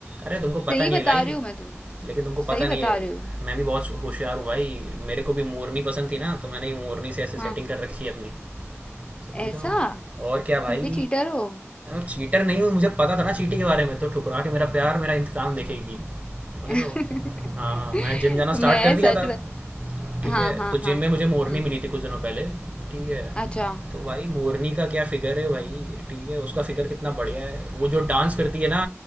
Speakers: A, on the right; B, on the left.
A: अरे तुमको
B: सही
A: पता नहीं
B: बता
A: है लाई
B: रही हूँ मैं तुमको
A: लेकिन तुमको
B: सही
A: पता नहीं
B: बता
A: है
B: रही हूँ
A: मैं भी बहुत होशियार हूँ भाई मेरे को भी मोरनी पसंद थी ना तो मैंने ये मोरनी से ऐसे
B: हाँ
A: सेटिंग कर रखी है अपनी समझ
B: ऐसा
A: रहा हूँ और क्या भाई
B: तुम भी चीटर हो
A: चीटर नहीं हूँ मुझे पता था ना चीटी के बारे में तो ठुकरा के मेरा प्यार मेरा इंतकाम देखेगी समझ
B: <laughs>
A: रहे हो हाँ मैंने जिम जाना
B: मैं
A: स्टार्ट कर दिया
B: सच
A: था
B: बत...
A: ठीक
B: हाँ
A: है
B: हाँ
A: तो
B: हाँ
A: जिम में मुझे मोरनी
B: हम्म
A: मिली थी कुछ दिनों पहले ठीक है
B: अच्छा
A: तो भाई मोरनी का क्या फिगर है भाई ठीक है उसका फिगर कितना बढ़िया है वो जो डांस करती है ना